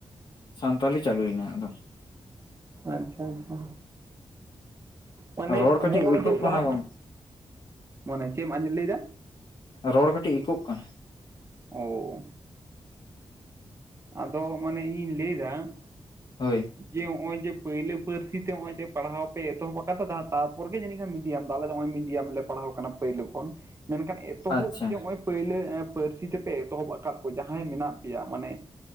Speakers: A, on the left (about 55°); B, on the right (about 30°).
A: ᱥᱟᱱᱛᱟᱞᱤ ᱪᱟᱹᱞᱩᱭᱮᱱᱟ ᱟᱫᱚ᱾
B: ᱟᱪᱷᱟ ᱟᱪᱷᱟ᱾ ᱢᱟᱱᱮ
A: ᱨᱚᱲ
B: ᱦᱚᱸᱜᱼᱚᱭ
A: ᱠᱟᱹᱴᱤᱡ ᱤᱠᱳᱜ
B: ᱡᱮ ᱡᱟᱦᱟ
A: ᱠᱟᱱᱟ ᱜᱚᱝ
B: ᱢᱟᱱᱮ ᱪᱮᱫ ᱮᱢ ᱞᱟᱹᱭᱫᱟ?
A: ᱨᱚᱲ ᱠᱟᱹᱴᱤᱡ ᱤᱠᱟᱹᱜ ᱠᱟᱱᱟ᱾
B: ᱦᱳᱭ᱾ ᱟᱫᱚ ᱢᱟᱱᱮ ᱤᱧᱤᱧ ᱞᱟᱹᱭ ᱫᱟ᱾
A: ᱦᱳᱭ᱾
B: ᱡᱮ ᱱᱚᱜᱼᱚᱭ ᱡᱮ ᱯᱳᱭᱞᱳ ᱯᱟᱹᱨᱥᱤ ᱛᱮ ᱱᱚᱜᱼᱚᱭ ᱡᱮ ᱯᱟᱲᱦᱟᱣ ᱯᱮ ᱮᱛᱚᱦᱚᱵ ᱟᱠᱟᱫᱟ ᱛᱟᱯᱚᱨ ᱜᱮ ᱡᱟᱹᱱᱤᱡ᱾ ᱢᱤᱰᱤᱭᱟᱢ ᱫᱚ ᱟᱞᱮ ᱫᱚ ᱱᱚᱜᱼᱚᱭ ᱢᱤᱰᱤᱭᱟᱢ ᱞᱮ ᱯᱟᱲᱦᱟᱣ ᱠᱟᱱᱟ ᱯᱳᱦᱞᱳ ᱠᱷᱚᱱ᱾ ᱢᱮᱱᱠᱷᱟᱱ ᱮᱛᱚᱦᱚᱵ
A: ᱟᱪᱪᱷᱟ
B: ᱡᱮ ᱱᱚᱜᱼᱚᱭ ᱯᱟᱹᱭᱞᱟᱹ ᱯᱟᱹᱨᱥᱤ ᱛᱮᱯᱮ ᱮᱛᱚᱦᱚᱵ ᱟᱠᱟᱫ ᱠᱚ ᱡᱟᱦᱟᱸᱭ ᱢᱮᱱᱟᱜ ᱯᱮᱭᱟ ᱢᱟᱱᱮ᱾